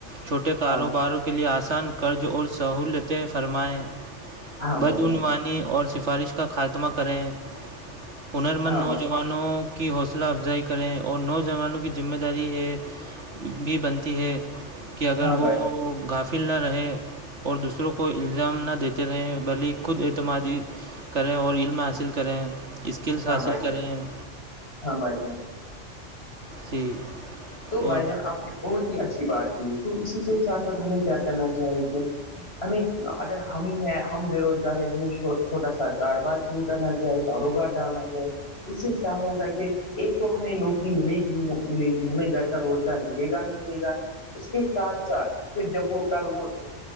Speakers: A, on the right (about 65°); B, on the left (about 55°).
A: چھوٹے کاروباروں
B: ہاں
A: کے لئے آسان قرض اور سہولتیں فرمائیں
B: ہاں
A: بدعنوانی
B: بھائی جان
A: اور سفارش کا خاتمہ کریں ہنرمند
B: ہاں
A: نوجن
B: بھائی
A: وانوں کی حوصلہ افزائی کریں اور نوجوانوں کی ذمہ داری ہے بھی بنتی ہے کہ اگر
B: ہاں
A: وہ
B: بھائی
A: گھاپ فل نہ رہے اور دوسروں کو الزام نہ دیتے رہیں بھلی ہی خود اعتمادی کریں اور علم حاصل کریں اسکلس
B: ہاں
A: حاصل
B: بھائی
A: کریں
B: ہاں بھائی جان
A: جی
B: تو بھائی
A: اور
B: جان آپ نے بہت ہی اچھی بات کی تو اسی کے ساتھ ساتھ ہمیں کیا کرنا چاہیے کہ ہمیں اگر ہم ہی ہے ہم بے روزگار ہے ہمیں چھوٹا سا کاروبار شروع کرنا چاہیے چاہے کاروبار ڈالنا چاہے اس سے کیا ہوگا کہ ایک تو ہمیں نوکری ملے گی ہی ملے گی ہمیں گھر کا روزگار ملے گا ہی ملے گا اس کے ساتھ ساتھ پھر جب وہ کل وہ